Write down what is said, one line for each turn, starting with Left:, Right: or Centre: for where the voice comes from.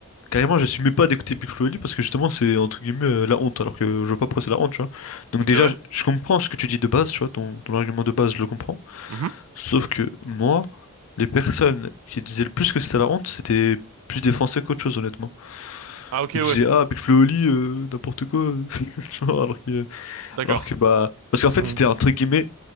Left: carrément, j'assumais pas d'écouter Big Flo et Oli parce que justement, c'est entre guillemets euh, la honte, alors que je vois pas pourquoi c'est la honte, tu vois. Donc,
Right: Ok,
Left: déjà,
Right: ouais.
Left: je je comprends ce que tu dis de base, tu vois, ton, ton argument de base, je le comprends.
Right: Mhm.
Left: Sauf que moi, les personnes qui disaient le plus que c'était la honte, c'était plus des Français qu'autre chose, honnêtement.
Right: Ah ok,
Left: Ils
Right: ouais.
Left: disaient, ah, Big Flo et Oli, euh, n'importe quoi. euh. <laughs> Tu vois, Alors que,
Right: D'accord.
Left: alors que, bah. Parce qu'en
Right: Ils
Left: fait,
Right: ont
Left: c'était entre guillemets,